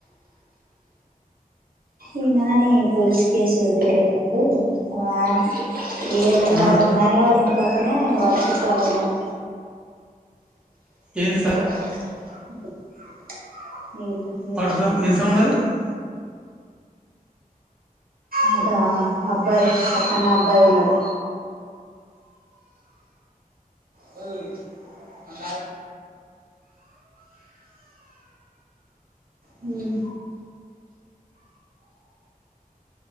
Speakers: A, on the right (about 75°); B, in the centre.
A: ఈ నాని పోలీసు కేసు వదిలేటప్పుడు <unintelligible>
B: ఆ,
A: <unintelligible> పక్కనే వాళ్ళ చుట్టలు ఉన్నారు
B: ఏందీ సార్
A: <unintelligible>
B: వాటర్ <unintelligible>
A: అద అబ్బాయి పక్కన అబ్బాయి ఉన్నాడు <unintelligible> హు